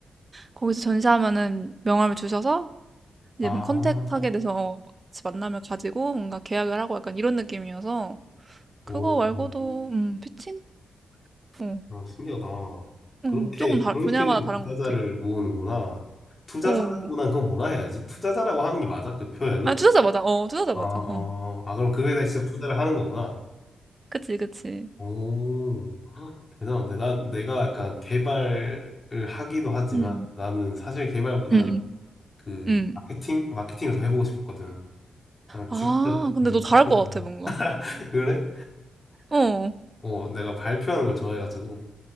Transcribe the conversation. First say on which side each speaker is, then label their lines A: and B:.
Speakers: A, on the right; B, on the left.
A: 거기서 전시하면은 명함을 주셔서 이제
B: 아,
A: 뭔 컨택하게 돼서 어, 같이 만나면 가지고 뭔가 계약을 하고 약간 이런 느낌이어서 그거
B: 오,
A: 말고도, 음, 피칭? 어,
B: 아, 신기하다. 그렇게
A: 음, 조금 다,
B: 그런
A: 분야마다
B: 식으로
A: 다른
B: 투자자를
A: 것 같아.
B: 모으는구나. 투자자라기보단
A: 어,
B: 그건 뭐라 해야지? 투자자라고 하는 게 맞아? 그 표현이?
A: 아, 투자자 맞아. 어, 투자자
B: 아,
A: 맞아.
B: 어,
A: 어,
B: 아, 그럼 그거에다 직접 투자를 하는 거구나.
A: 그치, 그치.
B: 오, <gasps> 헉, 대단한데. 난 내가 약간 개발을 하기도 하지만
A: 음,
B: 나는 사실 개발보단
A: 음, 음.
B: 그
A: 음.
B: 마케팅? 마케팅을 더 해보고 싶었거든. 아,
A: 아,
B: 직접,
A: 근데
B: 음,
A: 너 잘할
B: 직접.
A: 것 같아, 뭔가.
B: <laughs> 그래?
A: 어,
B: 어, 내가 발표하는 걸 좋아해가지고,